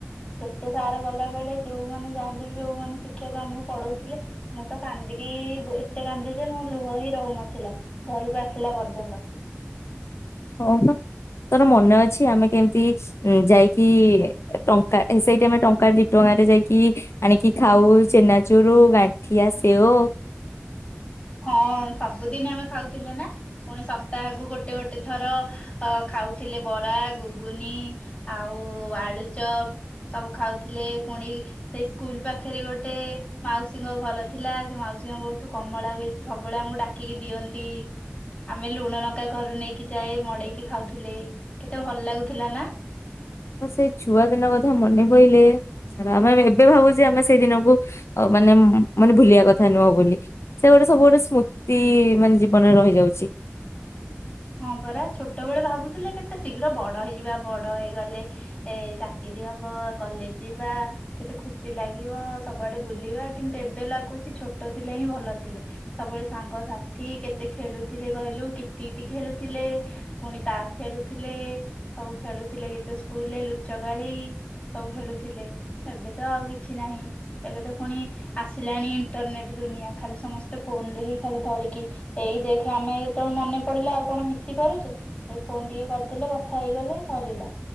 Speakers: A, on the left; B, on the left.
A: ଯେତେ ସାର ଗଲା ବେଳେ ଯୋଉମାନେ ଯାଆନ୍ତି ବି ଯୋଉମାନେ ଶିକ୍ଷକ ଆମକୁ ପଢଉଥିଲେ ମୁଁ ତ କାନ୍ଦିକି ବ ଏତେ କାନ୍ଦେ ଯେ ମୋ ଲୁହ ହିଁ ରହୁନଥିଲା ଘରକୁ ଆସିଲା ପର୍ଯ୍ୟନ୍ତ।
B: ହଁ ପା ତୋର ମନେ ଅଛି ଆମେ କେମିତି ଇ ଯାଇକି ଟଙ୍କା ସେଇଠି ଆମେ ଟଙ୍କା ଦି ଟଙ୍କାରେ ଯାଇକି ଆଣିକି ଖାଉ ଚେନାଚୁରୁ ଗାଠିଆ ସେଓ।
A: ହଁ ସବୁଦିନ ଆମେ ଖାଉଥିଲେ ନା ପୁଣି ସପ୍ତାହକୁ ଗୋଟେ ଗୋଟେ ଥର ଖାଉଥିଲେ ବରା ଗୁଗୁନି ଆଉ ଆଳୁଚପ ସବୁ ଖାଉଥିଲେ ପୁଣି ସେ ସ୍କୁଲ ପାଖରେ ଗୋଟେ ମାଉସୀଙ୍କ ଘର ଥିଲା ସେ ମାଉ ସୀ ଙ୍କ ବହୁତୁ କମଳା ବେଶୀ ସବୁବେଳେ ଆମକୁ ଡାକିକି ଦିଅନ୍ତି ଆମେ ଲୁଣ ଲଙ୍କା ଘରରୁ ନେଇକି ଯାଏ ମଡେଇକି ଖାଉଥିଲେ କେତେ ଭଲ ଲାଗୁଥିଲା ନା।
B: ସେଇ ଛୁଆ ଦିନ କଥା ମନେ ପଇଲେ ରା ଆ-ଆ-ଆମେ ଏବେ ଭାବୁଛେ ଆମେ ସେଇ ଦିନକୁ ଅ ମାନେ ମ ମାନେ ଭୁଲିଆ କଥା ନୁହଁ ବୋଲି ସେ ଗୋଟେ ସବୁ ଗୋଟେ ସ୍ମୃତି ମାନେ ଜୀବନରେ ରହିଯାଉଛି।
A: ହଁ ପରା ଛୋଟବେଳେ ଭାବୁଥିଲେ କେତେ ଶୀଘ୍ର ବଡ ହେଇଯିବା ବଡ ହେଇଗଲେ ଏ ଚାକିରୀ ହବ କଲେଜ ଯିବା କେତେ ଖୁସି ଲାଗିବ ସବୁଆଡେ ବୁଲିବା କିନ୍ତୁ ଏବେ ଲାଗୁଛି ଛୋଟ ଥିଲେ ହିଁ ଭଲ ଥିଲେ ସବୁବେଳେ ସାଙ୍ଗସାଥି କେତେ ଖେଳୁଥିଲେ କହିଲୁ କିତିକି ଖେଳୁଥିଲେ ପୁଣି ତାସ ଖେଳୁଥିଲେ ସବୁ ଖେଳୁଥିଲେ କେତେ ସ୍କୁଲରେ ଲୁଚକାଳି ସବୁ ଖେଳୁଥିଲେ ଏବେ ତ ଆଉ କିଛି ନାହିଁ ଏବେ ତ ପୁଣି ଆସିଲାଣି ଇଣ୍ଟରନେଟ ଦୁନିଆ ଖାଲି ସମସ୍ତେ ଫୋନ ରେ ହିଁ ଖାଲି ଧରିକି ଏଇ ଦେଖେ ଆମେ ଏତ ମନେ। ପଡ଼ିଲା ଆଉ କଣ ମିଶି ପାରୁଚେ ଏଇ ଫୋନ ଟିକେ କରିଦେଲେ କଥା ହେଇଗଲେ ସରିଲା